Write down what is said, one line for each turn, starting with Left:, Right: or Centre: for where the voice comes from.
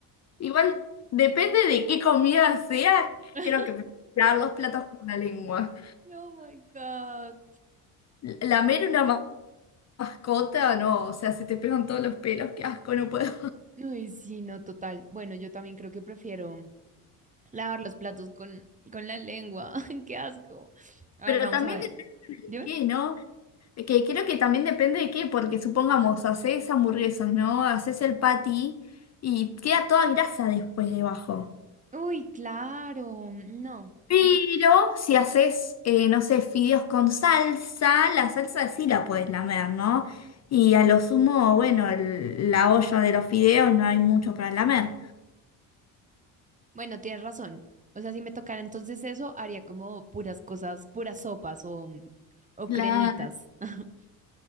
Left: igual depende de qué comida sea,
Right: <laughs>
Left: creo que me voy a tirar los platos con la lengua.
Right: Oh my God.
Left: Eh, Lamer una ma- mascota, no, o sea, se te pegan todos los pelos, qué asco, no puedo.
Right: Uy, sí, no, total. Bueno, yo también creo que prefiero lavar los platos con, con la lengua. <laughs> Qué asco. A
Left: Pero
Right: ver, vamos
Left: también
Right: a ver.
Left: depende
Right: Dime.
Left: de qué, ¿no? Que creo que también depende de qué, porque supongamos, haces hamburguesas, ¿no? Haces el patty y queda toda grasa después debajo.
Right: Uy, claro. No.
Left: Pero si haces, eh, no sé, fideos con salsa, la salsa sí la puedes lamer, ¿no? Y a lo sumo, bueno, el- la olla de los fideos no hay mucho para lamer.
Right: Bueno, tienes razón. O sea, si me tocara entonces eso, haría como puras cosas, puras sopas o, o
Left: Claro.
Right: cremitas. <laughs>